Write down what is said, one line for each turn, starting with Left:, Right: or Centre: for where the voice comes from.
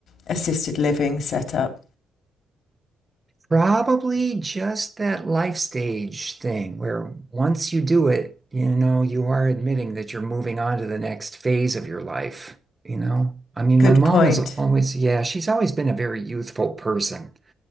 Left: assisted living setup?
Right: Probably just that life stage thing where once you do it, you know, you are admitting that you're moving on to the next phase of your life, you know? I mean,
Left: Good
Right: my mom
Left: point.
Right: has always, yeah, she's always been a very youthful person